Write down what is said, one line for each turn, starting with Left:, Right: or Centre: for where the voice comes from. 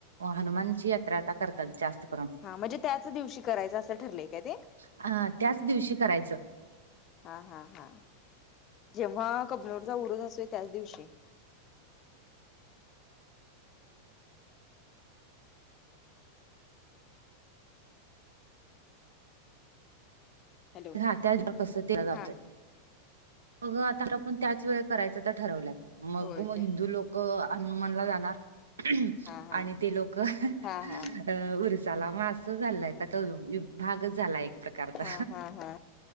Right: हनुमानची यात्रा आता करतात जास्त. करून.
Left: हा म्हणजे त्याच दिवशी करायचं असं ठरलंय काय ते.
Right: हा, त्याच दिवशी करायचं.
Left: हा हा हा जेव्हा कबनूर चा उरूस असतोय त्याच दिवशी. हॅलो
Right: राहत्याल <unintelligible> जातोय.
Left: हा
Right: मग आता आपण त्याच वेळेत करायचं तर ठरवल्या मग
Left: होय
Right: मग
Left: काय
Right: हिंदू लोक अ हनुमान ला जाणार हम जाणार
Left: हा हा
Right: आणि ते लोक अ
Left: हा हा
Right: उरसाला मास झालाय आता तळून बागच झालय एक करता
Left: हा हा हा